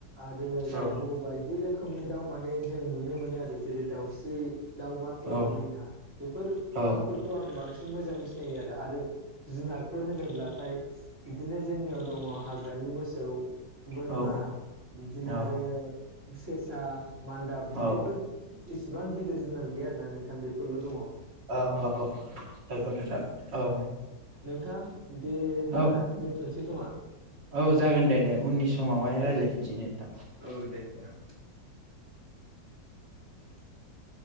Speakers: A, on the right; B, on the right.
A: आरो दाउब'
B: औ
A: बायदि रोखोमनि दाव माने जों नुनो मोनो आरो जेरै दाउस्रि दाउ बाथ'
B: औ
A: मैना बेफोर
B: औ
A: दाउफोरखौ आं बांसि बांसिन मोजाङै सिनायो आरो आरो जुनारफोर होनोब्लाथाय बिदिनो जोंनियाव दङ हाग्रा दानि मोसौ बोरमा
B: औ
A: बिदिनो
B: औ
A: आरो सेसा मान्दाब बिदिफोर
B: औ
A: एसेबां गिदिर जुनार गैया आरो ना नोंथां बेफोरल' दङ' औ
B: औ औ औ नंगौ नोंथां औ
A: नोंथां दे होमबाना
B: औ
A: दोनथ' नोसै खोमा
B: औ जागोन दे दे उननि समावहाय
A: औ
B: रायलायफिनसै दे नोंथां
A: औ दे नोंथां। <unintelligible>